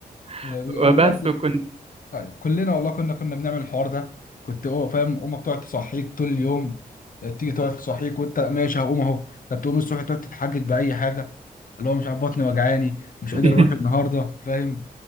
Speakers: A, on the right; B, on the left.
A: <laughs>
B: أيوة.
A: وبس
B: والله
A: وكنت
B: طيب كلنا والله كنا كنا بنعمل الحوار ده كنت هو فاهم امك تقعد تصحيك طول اليوم تيجي تقعد تصحيك وانت ماشي هقوم اهو طب تقوم الصبح تقعد تتحجج باي حاجه اللي هو مش عارف بطني وجعاني مش
A: <laughs>
B: قادر اروح النهارده فاهم